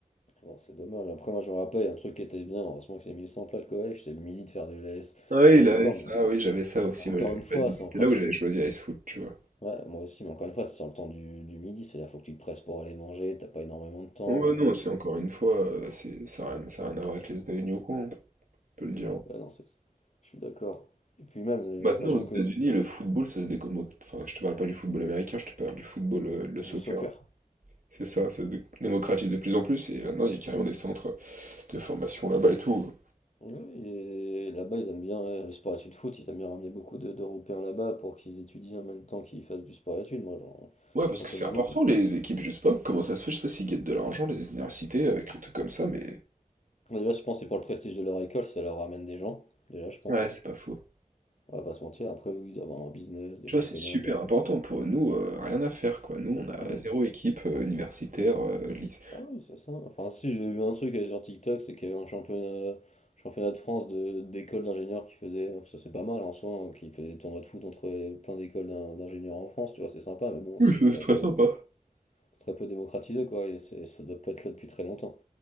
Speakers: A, on the left; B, on the right.
A: Bon, c'est dommage. Après, moi, je me rappelle, un truc qui était bien, heureusement que j'ai mis ça en place le collège, c'est le midi de faire de l'AS,
B: Ah oui,
A: l'AS-sport.
B: il avait ça. Ah oui, j'avais ça aussi.
A: Mais encore
B: Moi, j'avais
A: une fois,
B: pas dû. C'était
A: c'est encore
B: là où
A: sur.
B: j'avais choisi Ice Foot, tu vois.
A: Ouais, moi aussi, mais encore une fois, c'est sur le temps du, du midi, c'est-à-dire faut que tu te presses pour aller manger, t'as pas énormément de temps.
B: Oh, bah non, c'est
A: Après,
B: encore une fois, euh, c'est, ça n'a rien, ça a rien à voir avec les États-Unis ou quoi, hein, on peut le dire. hein.
A: ouais, non, c'est ça. Je suis d'accord. Et puis même, j'ai
B: Maintenant,
A: l'impression
B: aux États-Unis,
A: que
B: le football, ça se décommode. Enfin, je te parle pas du football américain, je te parle du football, euh, le soccer.
A: du soccer.
B: C'est ça, ça se dé- démocratise de plus en plus. Et maintenant, il y a carrément des centres de formation là-bas et tout.
A: Oui, et là-bas, ils aiment bien euh, le sport études foot, ils aiment bien ramener beaucoup de- d'Européens là-bas pour qu'ils étudient en même temps qu'ils fassent du sport études. Moi, j'en
B: Ouais, parce
A: j'en
B: que
A: connais
B: c'est important,
A: beaucoup.
B: les équipes, je sais pas comment ça se fait, je sais pas s'ils guettent de l'argent, les universités, avec les trucs comme ça, mais.
A: Bah, Déjà, je pense que c'est pour le prestige de leur école, ça leur ramène des gens, déjà, je pense.
B: Ouais, c'est pas faux.
A: On va pas se mentir, après, oui, d'avoir un business, des
B: Tu
A: championnats.
B: vois, c'est super
A: d'avoir-
B: important pour nous, euh, rien à faire quoi. Nous, on a
A: Mhm.
B: zéro équipe euh, universitaire, euh, lycée.
A: Ah oui, c'est ça. Enfin, si, j'ai vu un truc euh, sur TikTok, c'est qu'il y avait un championnat, championnat de France de d'écoles d'ingénieurs qui faisait, ça c'est pas mal en soi, hein, qui faisait des tournois de foot entre plein d'écoles d'in- d'ingénieurs en France, tu vois, c'est sympa, mais bon,
B: Oui,
A: c'est
B: <laughs>
A: très
B: C'est très
A: peu.
B: sympa.
A: c'est très peu démocratisé, quoi, et c'est- ça doit pas être là depuis très longtemps.